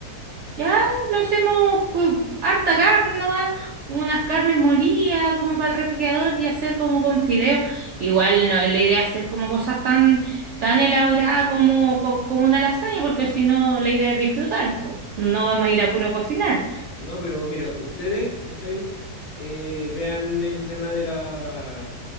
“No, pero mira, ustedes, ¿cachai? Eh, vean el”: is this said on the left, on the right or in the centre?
Left